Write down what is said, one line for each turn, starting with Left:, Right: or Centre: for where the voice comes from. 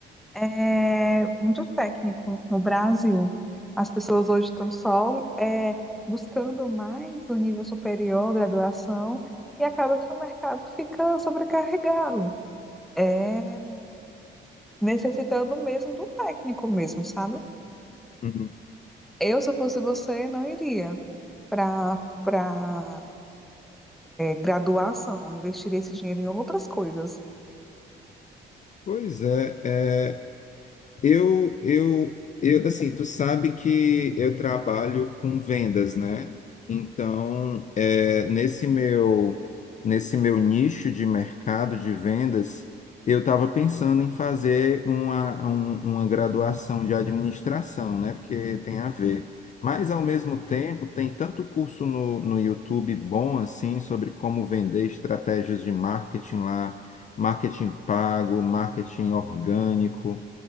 Centre: é, muito técnico no Brasil. As pessoas hoje estão só, é, buscando mais o nível superior, graduação, e acaba que o mercado fica sobrecarregado. É, necessitando mesmo do técnico mesmo, sabe?
Left: Uhum.
Centre: Eu, se eu fosse você, não iria para para graduação, investiria esse dinheiro em outras coisas.
Left: Pois é, Eu, eu, eu, assim, tu sabe que eu trabalho com vendas, né? Então, é, nesse meu, nesse meu nicho de mercado de vendas, eu estava pensando em fazer uma, um- uma graduação de administração, né? Porque tem a ver. Mas, ao mesmo tempo, tem tanto curso no, no YouTube bom, assim, sobre como vender estratégias de marketing lá, marketing pago, marketing orgânico.